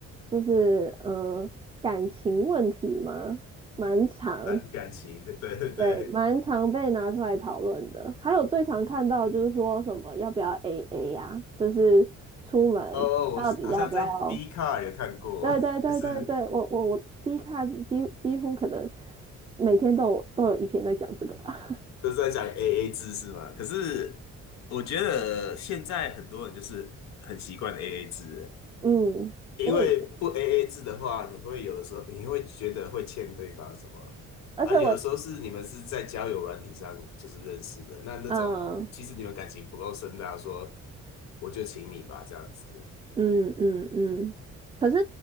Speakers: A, on the right (about 20°); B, on the left (about 65°).
A: 就是嗯，感情问题嘛，蛮常，
B: 感感情，对对对。
A: 对，蛮常被拿出来讨论的。还有最常看到就是说什么要不要 AA 呀，就是出门到底要不要？
B: 哦，我是好像在 d 卡 c a r 有看过，
A: 对对对对对，
B: <laughs> 是
A: 我我我 D 卡几几乎可能每天都有都有一篇在讲这个吧。<laughs>
B: 都是在讲 AA 制是吗？可是我觉得现在很多人就是很习惯 AA 制了，
A: 嗯，
B: 因为不
A: 我也，
B: AA 制的话，你会有的时候你会觉得会欠对方什么啊？
A: 而且我
B: 有的时候是你们是在交友软体上就是认识的，那那种其实你们感情不够深的家说
A: 嗯。呃
B: 我就请你吧，这样子
A: 嗯嗯嗯，可是